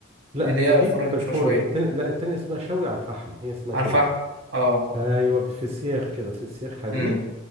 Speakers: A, on the right (about 30°); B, on the right (about 85°).
A: لا
B: دي اللي
A: هي
B: هي
A: دي
B: الفرن
A: في
B: دي مش
A: الفرن
B: مشويه
A: التاني لا التاني اسمها شوي على الفحم هي اسمها
B: على
A: كده
B: الفحم اه
A: ايوه في سياخ كده في سياخ حديد
B: امم